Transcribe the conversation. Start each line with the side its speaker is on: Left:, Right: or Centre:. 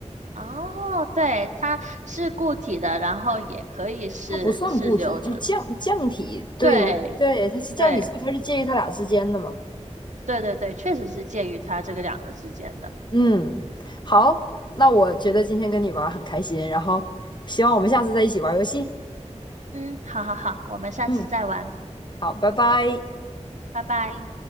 Right: 哦，对，它是固体的，然后也可以是是流质，
Left: 它不算固体，就降降体。对，
Right: 对
Left: 你对，它是降体，
Right: 对
Left: 所以它是介于它俩之间的嘛。
Right: 对对对，确实是介于它这个两个之间的。
Left: 嗯，好，那我觉得今天跟你玩儿很开心，然后希望我们下次再一起玩儿游戏。
Right: 嗯，好好好，我们下次再玩，
Left: 嗯，好，拜拜。
Right: 拜拜。